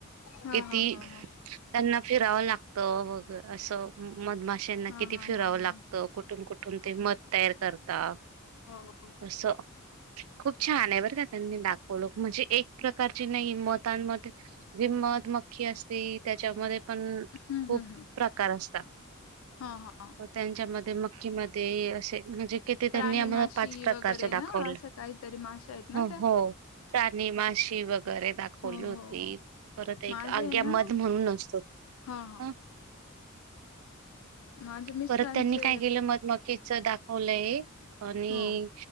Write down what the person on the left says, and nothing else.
हा
हा हा हा
हा
हा
हा हा
हो हो
हम्म
हम्म हम्म
हा हा
राणी
माशी
वगैरे
ना असं काहीतरी माशा आहेत ना
त्या
हो
हो हो
माझे
आहे ना
हा हा
माझे मिस्टरांचे
हो